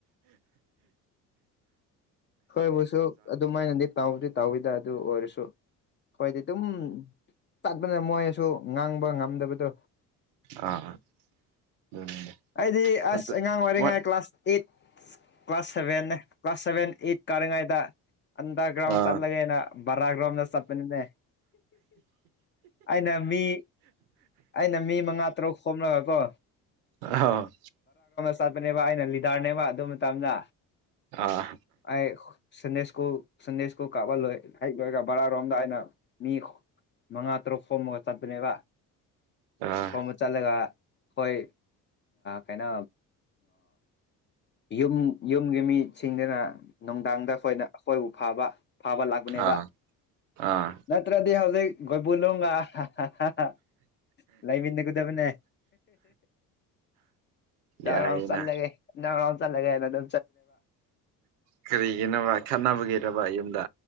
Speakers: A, on the left; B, on the right.
A: ꯍꯣꯏꯕꯨꯁꯨ ꯑꯗꯨꯃꯥꯏꯅꯗꯤ ꯇꯥꯎꯗꯤ ꯇꯥꯎꯋꯤꯗ ꯑꯗꯨ ꯑꯣꯏꯔꯁꯨ ꯍꯣꯏꯗꯤ ꯑꯗꯨꯝ ꯆꯠꯄꯅ ꯃꯣꯏꯁꯨ ꯉꯥꯡꯕ ꯉꯝꯗꯕꯗꯣ
B: ꯑꯥ ꯑꯗꯨꯅꯤꯅꯦ
A: ꯑꯩꯗꯤ ꯑꯁ
B: ꯑꯗꯨ
A: ꯑꯉꯥꯡ ꯑꯣꯏꯔꯤꯉꯩ
B: ꯃꯣꯏ
A: class eight class seven class seven eight ꯀꯥꯔꯤꯉꯩꯗ ꯑꯟꯗꯒ꯭ꯔꯥꯎꯝ
B: ꯑꯥ
A: ꯆꯠꯂꯒꯦꯩꯅ ꯕꯔꯥꯒ꯭ꯔꯥꯎꯝꯗ ꯆꯠꯄꯅꯤꯅꯦ ꯑꯩꯅ ꯃꯤ ꯑꯩꯅ ꯃꯤ ꯃꯉꯥ ꯇꯔꯨꯛ ꯍꯣꯅꯕꯅꯕꯀꯣ
B: ꯑ
A: ꯆꯠꯄꯅꯦꯕ ꯑꯩꯅ ꯂꯤꯗꯔꯅꯦꯕ ꯑꯗꯨ ꯃꯇꯝꯅ
B: ꯑꯥ
A: ꯑꯩ ꯁꯟꯗꯦꯁꯀꯨ ꯁꯟꯗꯦꯁꯀꯨ ꯀꯥꯞꯍ ꯂꯣꯏ ꯍ ꯂꯣꯏꯔꯒ ꯕꯔꯥꯔꯣꯝꯗ ꯑꯩꯅ ꯃꯤ ꯃꯉꯥ ꯇꯔꯨꯛ ꯁꯣꯝꯃꯒ ꯆꯠꯄꯅꯦꯕ
B: ꯑꯥ
A: ꯈꯣꯝꯝꯕ ꯆꯠꯂꯒ ꯍꯣꯏ ꯀꯩꯅꯣ ꯌꯨꯝ ꯌꯨꯝꯒꯤ ꯃꯤꯁꯤꯡꯗꯅ ꯅꯨꯡꯗꯥꯡꯗ ꯑꯩꯈꯣꯏꯅ ꯑꯩꯈꯣꯏꯕꯨ ꯐꯕ ꯐꯥꯕ ꯂꯥꯛꯄꯅꯦꯕ
B: ꯑꯥ ꯑꯥ
A: ꯅꯠꯇ꯭ꯔꯗꯤ ꯍꯧꯖꯤꯛ ꯒꯣꯏꯕꯨꯅꯨꯡꯒ ꯍꯥ ꯂꯩꯥꯏꯃꯤꯟꯟꯅꯒꯗꯕꯅꯦ ꯗ
B: ꯌꯥꯏꯌꯦꯅ
A: ꯔꯥꯎꯟ ꯆꯂꯒꯦ ꯗꯎ ꯔꯥꯎꯟ ꯆꯂꯒꯦ ꯑꯗꯨ
B: ꯀꯔꯤꯒꯤꯅꯕ ꯈꯠꯅꯕꯒꯤꯔꯕ ꯌꯨꯝꯗ